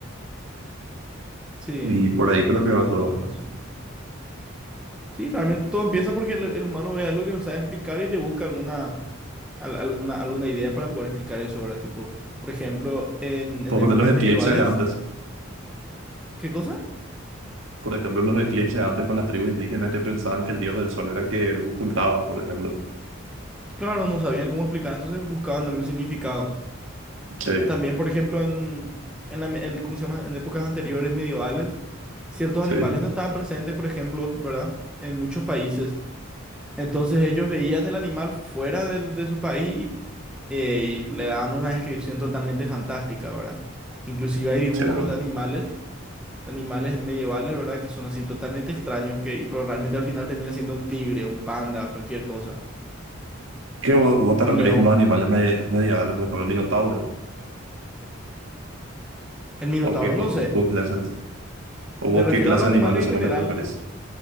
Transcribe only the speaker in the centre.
Sí,
tenés
totalmente
la razón. Sí, realmente todo empieza porque el, el humano ve algo que no sabe explicar y le busca alguna, al- alguna, alguna idea para poder explicar eso, ¿verdad? Tipo, por ejemplo, en,
en
épocas
medievales,
¿qué cosa?
Claro, no sabían cómo explicar, entonces buscaban algún significado.
También, por ejemplo, en, en, la me- en- ¿cómo se llama? En épocas anteriores medievales, ciertos
animales no estaban presentes, por ejemplo, ¿verdad? En muchos países. Entonces ellos veían el animal fuera del- de su país y, eh, y le daban una descripción totalmente fantástica, ¿verdad? Inclusive hay dibujos
de animales, animales medievales, ¿verdad? Que son así totalmente extraños, que, y, pero realmente al final termina siendo un tigre, un panda, cualquier cosa,
un
león.
El minotauro,
no sé.
Me refiero
a los
animales
en general.